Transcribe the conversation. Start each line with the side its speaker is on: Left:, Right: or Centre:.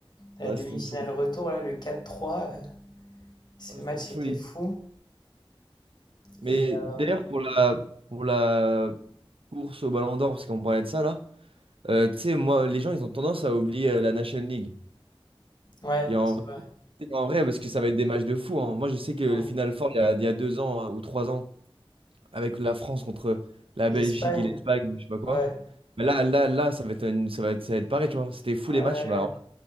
Left: La
Right: Ouais,
Left: demi-finale
Right: c'était une folie.
Left: retour, là, le quatre trois euh, ce
Right: Ouais,
Left: match
Right: c'était une folie.
Left: était fou.
Right: Mais
Left: Et euh,
Right: d'ailleurs, pour la, pour la course au Ballon d'Or, parce qu'on parlait de ça là, euh, tu sais, moi, les gens, ils ont tendance à oublier euh, la National League.
Left: ouais,
Right: Et en
Left: c'est
Right: vrai,
Left: vrai.
Right: en vrai, parce que ça va être des matchs de fou. hein. Moi, je sais que le
Left: Hmm.
Right: Final Four, il y a, il y a deux ans euh, ou trois ans, avec la France contre la
Left: L'Espagne,
Right: Belgique et l'Espagne, je sais pas quoi.
Left: ouais,
Right: Mais là, là, là, ça va être, une- ça va être, ça va être pareil, tu vois. C'était fou
Left: ouais,
Right: les matchs. Bah, alors,